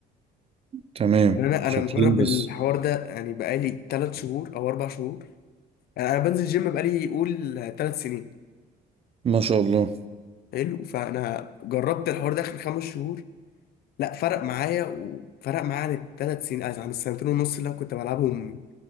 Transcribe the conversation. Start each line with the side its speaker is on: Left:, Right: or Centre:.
Right: تمام
Left: يعني انا
Right: شاكلين
Left: انا مجرب
Right: بس
Left: الحوار ده يعني بقالي ثلاث شهور او اربع شهور يعني انا بنزل جيم بقالي قول ثلاث سنين
Right: ما شاء الله
Left: حلو فانا جربت الحوار ده اخر خمس شهور لا فرق معايا وفرق معايا عن الثلاث سنين عن السنتين ونص اللي أنا كنت بلعبهم